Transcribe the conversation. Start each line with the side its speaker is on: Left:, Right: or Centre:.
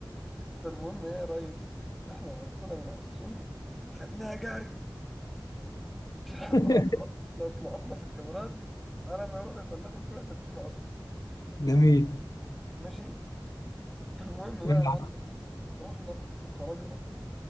Centre: فالمهم ايه يا ريس احنا نطينا من على السور وخدناها جري عشان حتى
Left: <laughs>
Centre: لو طلعت لو اتلقطنا في الكاميرات على ما يروحوا يبلغوا الكل احنا مشينا اصلا
Left: جميل
Centre: ماشي المهم
Left: <laughs>
Centre: بقى يا معلم رحنا وخرجنا